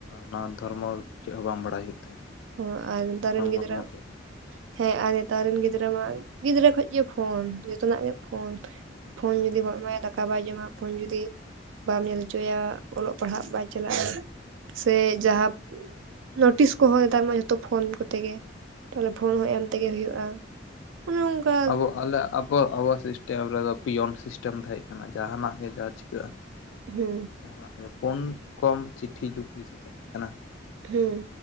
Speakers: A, on the left (about 80°); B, on the right (about 80°).
A: ᱱᱟ ᱫᱷᱚᱨᱢᱚ ᱪᱮᱫ ᱦᱚᱸ ᱵᱟᱝ ᱵᱟᱲᱟᱭ ᱦᱩᱭᱩᱜ ᱛᱟᱦᱮᱸᱫ᱾
B: ᱦᱚ ᱟᱨ ᱮᱛᱟᱨᱮᱱ
A: ᱚᱱᱟ ᱢᱚᱨᱢᱚ
B: ᱜᱤᱫᱽᱨᱟᱹ
A: ᱪᱮᱫ
B: ᱦᱮᱸ ᱟᱨ ᱱᱮᱛᱟᱨ ᱨᱮᱱ ᱜᱤᱫᱽᱨᱟᱹ ᱢᱟ ᱜᱤᱫᱽᱨᱟᱹ ᱠᱷᱚᱜ ᱜᱮ ᱯᱷᱳᱱ ᱡᱚᱛᱚᱱᱟᱜ ᱜᱮ ᱯᱷᱳᱱ ᱯᱷᱳᱱ
A: ᱦᱩᱸ
B: ᱡᱩᱫᱤ ᱵᱟᱱ ᱮᱢᱟᱭᱟ ᱫᱟᱠᱟ ᱵᱟᱭ ᱡᱚᱢᱟ ᱯᱷᱳᱱ ᱡᱩᱫᱤ ᱵᱟᱢ ᱧᱮᱞ ᱦᱚᱪᱚᱭᱟ ᱚᱞᱚᱜ ᱯᱟᱲᱦᱟᱜ ᱵᱟᱭ ᱪᱟᱞᱟᱜᱼᱟ᱾ ᱥᱮ ᱡᱟᱦᱟᱸ ᱱᱳᱴᱤᱥ ᱠᱚᱦᱚᱸ ᱱᱮᱛᱟᱨ ᱢᱟ ᱡᱚᱛᱚ ᱯᱷᱳᱱ ᱠᱚᱛᱮ ᱜᱮ ᱛᱟᱦᱞᱮ ᱯᱷᱳᱱ ᱦᱚᱸ ᱮᱢ ᱛᱮᱜᱮ ᱦᱩᱭᱩᱜᱼᱟ᱾ ᱚᱱᱮ ᱚᱱᱠᱟ
A: ᱟᱵᱚ ᱟᱞᱮ ᱟᱵᱚ ᱟᱵ ᱴᱮᱢ ᱨᱮᱫᱚ ᱯᱤᱭᱚᱱ ᱥᱤᱥᱴᱮᱢ ᱛᱟᱦᱮᱸ ᱠᱟᱱᱟ ᱡᱟᱦᱟᱱᱟᱜ ᱜᱮ ᱡᱟᱦᱟᱸ ᱪᱤᱠᱟᱹᱜᱼᱟ᱾
B: ᱦᱮᱸ
A: ᱡᱟᱦᱟᱱᱟᱜ ᱜᱮ ᱯᱩᱱ ᱠᱚᱢ ᱪᱤᱴᱷᱤ ᱡᱩᱜᱽ ᱵᱮᱥᱤ ᱛᱟᱦᱮᱸ ᱠᱟᱱᱟ᱾
B: ᱦᱮᱸ